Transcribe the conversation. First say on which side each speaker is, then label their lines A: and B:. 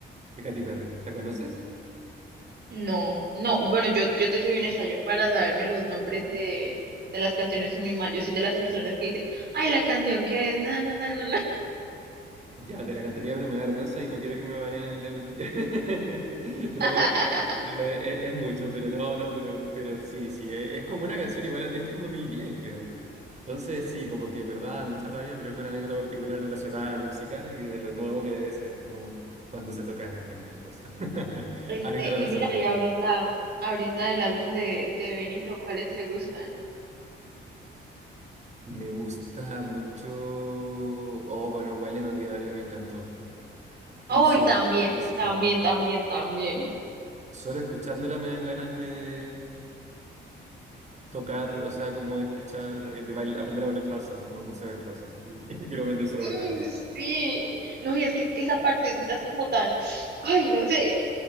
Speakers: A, on the right; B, on the right.
A: de Katy Perry. ¿La conoces?
B: No, no, bueno, yo, yo te soy honesta, yo para saberme los nombres de, de las canciones soy muy mal, yo soy de las personas que dice ay, la canción que es, na, na, na, na, na.
A: Ya, te la cantaría, pero me da vergüenza y no quiero que me baneen de utilidad. <laughs> No,
B: <laughs>
A: pero, pero es, es- es mucho, pero no, no, pero, pero sí, sí, es, es como una canción igual, a- es de 2010 creo. Entonces, sí, como que en verdad da mucha rabia, pero es una anécdota particular relacionada a la música y de lo nuevo que debe ser, como cuando se toca en, en discos. <laughs>
B: Este,
A: Anécdota
B: y
A: personal.
B: mira, y ahorita, ahorita del álbum de, de Benito, ¿cuáles te gustan?
A: Me gusta mucho. Oh, bueno, Baile Inolvidable me encantó.
B: Oh,
A: Soy,
B: y también,
A: fa- estoy fascinado.
B: también, también, también.
A: Solo escuchándola me dan ganas de, tocar, o sea, como de escuchar, eh, de bail- aprender a bailar salsa. No, no sé bailar salsa. Y <laughs> Quiero aprender solo
B: Mm,
A: por esa canción.
B: Sí, no, y es que esa partecita es como tan, ay, no sé,